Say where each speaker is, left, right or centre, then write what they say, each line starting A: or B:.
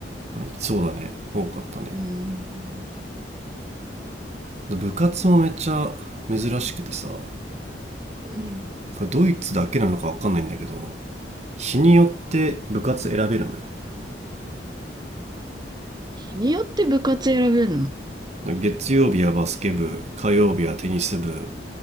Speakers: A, on the right (about 40°); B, on the right (about 25°).
A: い、そうだね多かったね
B: うん。
A: 部活もめっちゃ珍しくてさこ
B: うん
A: れドイツだけなのか分かんないんだけど日によって部活選べるのよ
B: 日によって部活選べるの
A: 月曜日はバスケ部火曜日はテニス部